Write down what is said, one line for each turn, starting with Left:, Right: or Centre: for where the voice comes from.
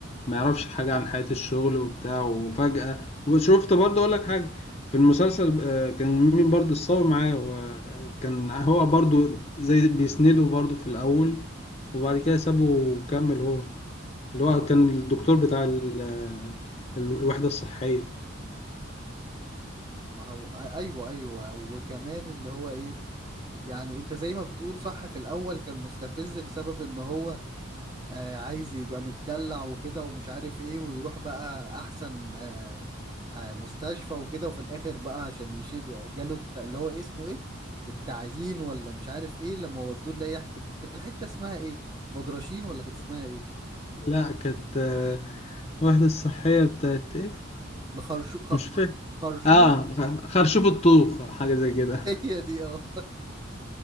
Left: ما يعرفش حاجه عن حياه الشغل وبتاع وفجاه وشفت برضه اقول لك حاجه في المسلسل آه، كان مين برضه الصاوي معاه وكان هو برضه زي بيسنده برضه في الاول وبعد كده سابه وكمل هو اللي
Right: صح
Left: هو كان الدكتور بتاع ال- آه، الوحده الصحيه
Right: ما هو أ- ايوه ايوه وكمان اللي هو ايه يعني انت زي ما بتقول صح في الاول كان مستفز بسبب ان هو آه عايز يبقى متدلع وكده ومش عارف ايه ويروح بقى احسن آه آه مستشفى وكده وفي الاخر بقى عشان يشيل جاله الت- اللي هو إيه اسمه ايه التعيين ولا مش عارف ايه لما ودوه اللي هي كانت كانت الحتة اسمها ايه بدرشين ولا كانت اسمها ايه
Left: لا كانت آه، واحدة الصحية بتاعت ايه
Right: لخرشو خ...
Left: مش فاكر
Right: خ- خرشوم
Left: اه خ- خرشوف الطوخ أو حاجة زي كده
Right: <laughs> هي دي اه